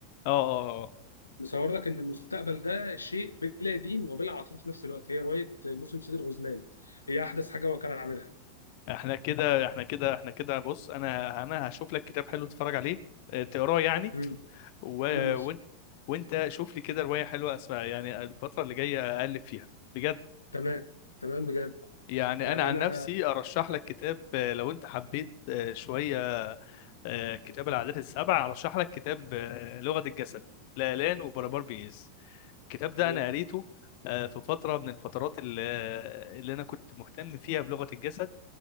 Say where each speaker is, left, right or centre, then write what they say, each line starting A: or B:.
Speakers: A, on the left; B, on the left.
A: اه اه آه.
B: مصور لك إن المستقبل ده شيء بلا دين وبلا عاطفة في نفس الوقت هي رواية موسم سيد الغزلان هي أحدث حاجة هو كان عاملها
A: احنا كده احنا كده احنا كده بص انا انا هشوف لك كتاب حلو تتفرج عليه آه، تقراه يعني
B: مم.
A: و...
B: أنا موافق
A: وانت وانت شوف لي كده رواية حلوة اسمها يعني الفترة اللي جاية اقلب فيها بجد
B: تمام تمام بجد
A: يعني
B: يعني
A: انا عن
B: أنا
A: نفسي ارشح لك كتاب آه، لو انت حبيت آه، شوية آه، كتاب العادات السبع ارشح لك كتاب آه، لغة الجسد لالان وبربار بيز الكتاب ده
B: أوه.
A: انا قريته آه، في فتره من الفترات اللي, اللي انا كنت مهتم فيها بلغه الجسد